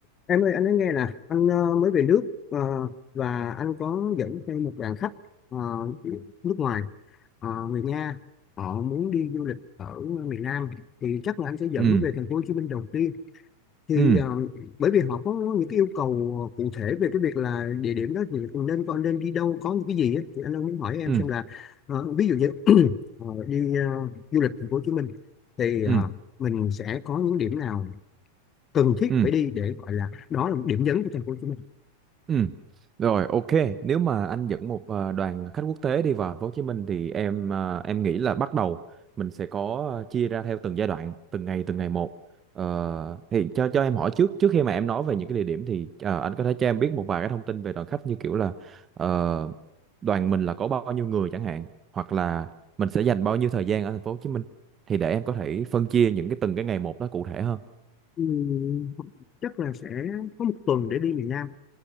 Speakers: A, on the left; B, on the right.
A: Em ơi, anh nói nghe nè, anh ờ, mới về nước ờ, và anh có dẫn theo một đoàn khách ờ, nước ngoài, ờ, người Nga, họ muốn đi du lịch ở miền Nam thì chắc là anh sẽ dẫn
B: ừ
A: về thành phố Hồ Chí Minh đầu tiên. Thì
B: ừ
A: ờ, bởi vì họ có những cái yêu cầu cụ thể về cái việc là địa điểm đó thì nên con nên đi đâu, có những cái gì á. Thì anh đang muốn hỏi em
B: ừ
A: xem là ờ, ví dụ như <clears throat> ờ, đi ờ, du lịch thành phố Hồ Chí Minh thì ờ,
B: ừ
A: mình sẽ có những điểm nào cần thiết
B: ừ
A: phải đi để gọi là đó là một điểm nhấn của thành phố Hồ Chí Minh
B: ừ rồi ok nếu mà anh dẫn một ờ, đoàn khách quốc tế đi vào Thành phố Hồ Chí Minh thì em ờ, em nghĩ là bắt đầu mình sẽ có ờ, chia ra theo từng giai đoạn từng ngày từng ngày một Ờ, thì cho cho em hỏi trước trước khi mà em nói về những cái địa điểm thì ờ, anh có thể cho em biết một vài cái thông tin về đoàn khách như kiểu là ờ, đoàn mình là có bao nhiêu người chẳng hạn hoặc là mình sẽ dành bao nhiêu thời gian ở Thành phố Hồ Chí Minh thì để em có thể phân chia những cái từng cái ngày một đó cụ thể hơn
A: Ừm, chắc là sẽ có một tuần để đi miền Nam